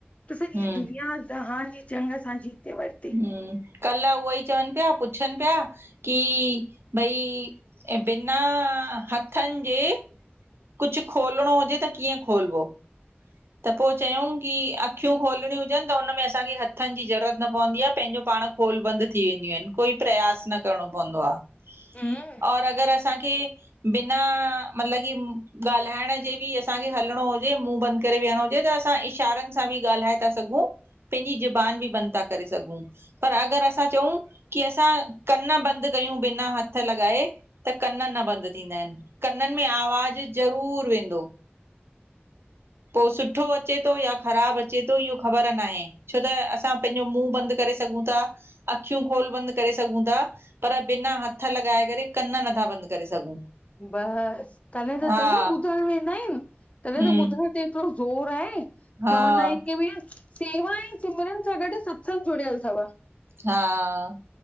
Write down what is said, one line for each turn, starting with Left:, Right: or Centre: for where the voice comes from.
Left: त सॼी
Right: हम
Left: दुनिया ज़हान जी जंग असां जीते वरति।
Right: हम्म, कल्ह उहे ई चवनि पिया पुछनि पिया कि भई ऐं बिना हथनि जे कुझु खोलणो हुजे त कीअं खोलवो? त पो चयूं की अखियूं खोलणियूं हुजनि त हुनमें असांखे हथनि जी ज़रूरत न पवंदी आहे पंहिंजो पाण खोल बंद थी वेंदियूं आहिनि। कोई प्रयास न करणो पवंदो आहे।
Left: हम्म
Right: और अगरि असांखे बिना मतलब कि ॻाल्हाइण जे बि असांखे हलणो हुजे मुं बंदि करे वेहणो हुजे त असां इशारनि सां बि ॻाल्हाए था सघूं। पंहिंजी ज़बान बि बंदि था करे सघूं। पर अगरि असां चऊं की असां कनि बंदि कयूं बिना हथ लॻाए त कन न बंदि थींदा आहिनि। कननि में आवाज़ ज़रूर वेंदो। पो सुठो अचे थो या ख़राबु अचे थो इहो ख़बर न आहे। छो त असां पंहिंजो मुंहुं बंदि करे सघूं था अख़ियूं गोल बंदि करे सघूं था। पर बिना हथ लॻाए करे कन नथा बंदि करे सघूं।
Left: बसि, तॾहिं त
Right: हा,
Left: त न ॿुधण वेंदा आहिनि तॾहिं
Right: हम्म,
Left: त ॿुधण ते ज़ोर आहे,
Right: हा,
Left: चवंदा आहिनि की भईया सेवा ऐं सिमरन सां गॾु सत्संग जुड़ियल अथव।
Right: हा,